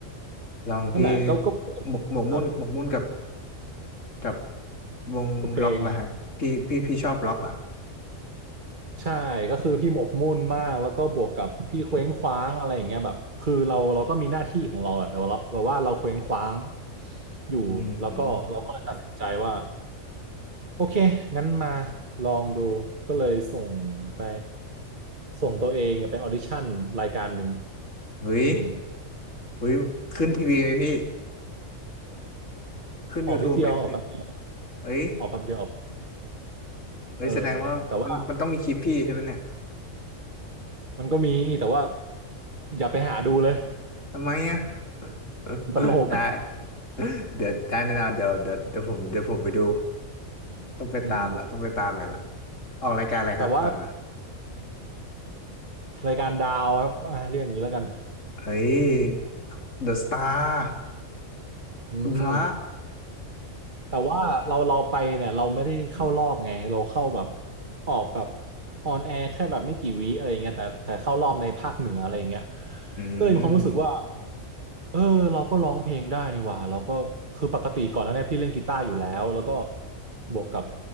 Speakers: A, on the left; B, on the right.
A: ลองพี่
B: นั่นแหละก็ก็
A: หมกหมกมุ่นหมกมุ่นกับ
B: ครับ
A: กับวงล็อกละฮะพี่พี่พี่ชอบล็อกเหรอ
B: เพลง ใช่ก็คือพี่หมกมุ่นมากแล้วก็บวกกับพี่เคว้งคว้างอะไรอย่างเงี้ยแบบคือเราเราก็มีหน้าที่ของเราแหละแต่ว่าเราแบบว่าเราเคว้งคว้างอยู่แล้วก็เราก็เลยตัดสินใจว่า
A: อืม
B: โอเคงั้นมาลองดูก็เลยส่งไปส่งตัวเองไปออดิชั่นรายการหนึ่ง
A: เฮ้ย
B: อืม
A: อุ้ยขึ้นทีวีไหมพี่ขึ้น
B: ออกนิดเดียวออกแป๊บเดียว
A: YouTube ไหมขึ้นเอ้ย
B: ออกแป๊บเดียวออก
A: เอ้ยแสดงว่ามันมันต้องมีคลิปพี่ใช่ไหมเนี่ย
B: เออแต่ว่ามันก็มีแต่ว่าอย่าไปหาดูเลย
A: ทำไมอ่ะ
B: <laughs>
A: <laughs>
B: มันตลก
A: ได้ <laughs> เดี๋ยวได้แน่นอนเดี๋ยวเดี๋ยวเดี๋ยวผมเดี๋ยวผมไปดูต้องไปตามละต้องไปตามเลอยละ
B: อืม
A: ออกรายการอะไรครับตอนนั้น
B: แต่ว่า รายการดาวครับอ่าเรียกอย่างนี้แล้วกัน
A: เฮ้ย The Star
B: อืม
A: คุณพระ
B: แต่ว่าเราเราไปเนี่ยเราไม่ได้เข้ารอบไงเราเข้าแบบออกแบบออนแอร์แค่แบบไม่กี่วิอะไรเงี้ยแต่แต่เข้ารอบในภาคเหนืออะไรเงี้ย
A: <laughs> อื
B: ก็เลยมีความรู้สึกว่า
A: ม
B: เออเราก็ร้องเพลงได้นี่หว่าเราก็คือปกติก่อนหน้าเนี้พี่เล่นกีตาร์อยู่แล้วแล้วก็บวกกับ